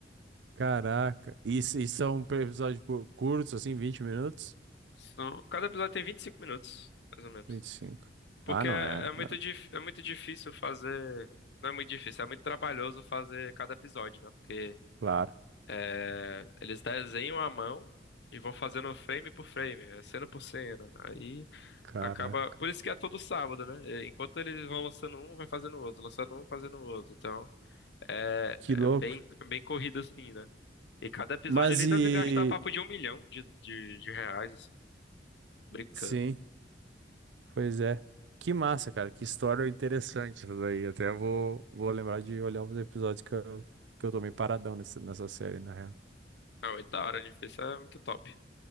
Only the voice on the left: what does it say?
São- cada episódio tem 25 minutos, mais ou menos.
Porque
é,
é muito,
dif- é muito difícil fazer. Não é muito difícil, é muito trabalhoso fazer cada episódio, né? Porque
É, eles desenham à mão e vão fazendo frame por frame, é, cena por cena. Aí
acaba. Por isso que é todo sábado, né? É, Enquanto eles vão lançando um, vai fazendo outro, lançando um, fazendo outro. Então é,
é
bem, é bem corrido assim, né? E cada episódio
ali
deve gastar papo de um milhão de, de, de reais, assim, brincando.
Não, é da hora, né? Isso é muito top.